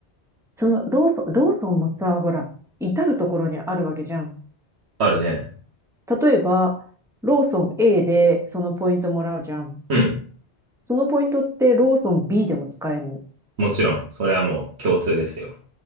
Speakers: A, in the centre; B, on the right (about 80°).
A: その、ローソン、ローソンもさ、ほら、至るところにあるわけじゃん。
B: あるね。
A: 例えば、ローソン A でそのポイントもらうじゃん。
B: うん。
A: そのポイントってローソン B でも使えるの。
B: もちろん。それはもう共通ですよ。